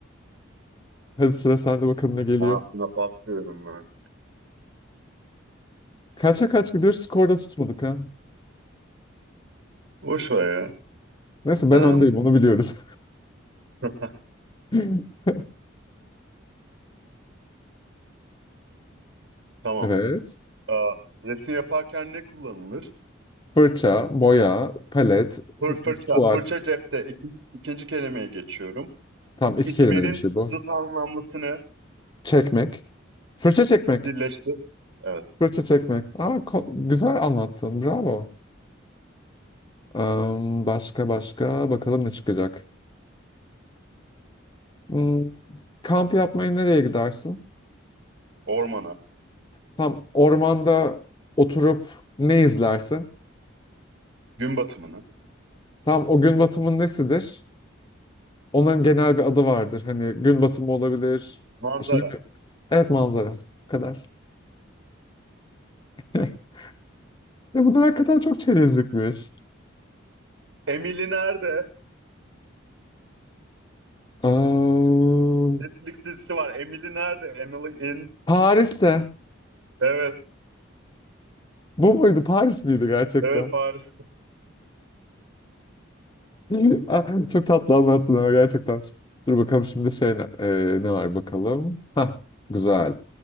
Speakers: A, on the left (about 25°); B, on the right (about 80°).
A: <laughs> Hadi sıra sende bakalım ne geliyor.
B: Aha, buna patlıyorum böyle.
A: Kaça kaç gidiyoruz, skorda tutmadık ha.
B: Boş ver ya.
A: Neyse ben
B: Em,
A: öndeyim, onu biliyoruz.
B: <laughs>
A: <laughs>
B: tamam.
A: Evet.
B: Aa, resim yaparken ne kullanılır?
A: Fırça, boya, palet,
B: Fır fırça.
A: Tuval.
B: Fırça cepte. İkinci, ikinci kelimeye geçiyorum.
A: Tam iki
B: İtmenin
A: kelimeli bir şey bu.
B: zıt anlamlısını
A: Çekmek. Fırça çekmek.
B: birleştir. Evet.
A: Fırça çekmek. Aa, ko- güzel anlattın. Bravo. Am, başka başka. Bakalım ne çıkacak. Hmm, kamp yapmaya nereye gidersin?
B: Ormana.
A: Tam ormanda oturup ne izlersin?
B: Gün batımını.
A: Tam o gün batımın nesidir? Onların genel bir adı vardır. Hani gün batımı olabilir.
B: Manzara.
A: İşte ne bileyim. evet manzara. Bu kadar. <laughs> Ya bunlar hakikaten çok çerezlikmiş.
B: Emily nerede?
A: Am,
B: Netflix dizisi var. Emily nerede? Emily in.
A: Paris'te.
B: Evet.
A: Bu muydu? Paris miydi gerçekten?
B: Evet Paris.
A: <laughs> Ah, Çok tatlı anlattın ama gerçekten. Dur bakalım şimdi şey ne, e, ne var bakalım. Hah, güzel.